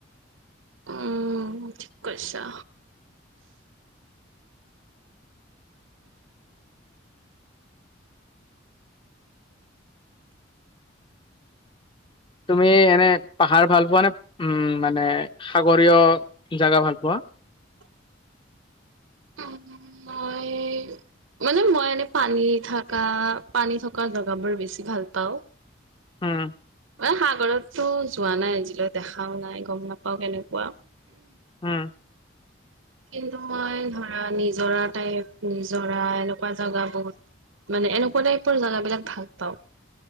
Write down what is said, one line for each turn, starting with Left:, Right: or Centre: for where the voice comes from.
Right: উম, ঠিক কৈছা।
Left: তুমি এনে পাহাৰ ভাল পোৱা নে? উম, মানে সাগৰীয় জাগা ভাল পোৱা?
Right: <unintelligible> মই মানে মই এনে পানী থকা পানী থকা জেগাবোৰ বেছি ভাল পাওঁ।
Left: হম।
Right: এ সাগৰততো যোৱা নাই আজিলৈ দেখাওঁ নাই গম নাপাও কেনেকুৱা।
Left: উম।
Right: কিন্তু মই ধৰা নিজৰা টাইপ নিজৰা এনেকুৱা জেগা বহুত। মানে এনেকুৱা টাইপৰ জাগাবিলাক ভাল পাওঁ।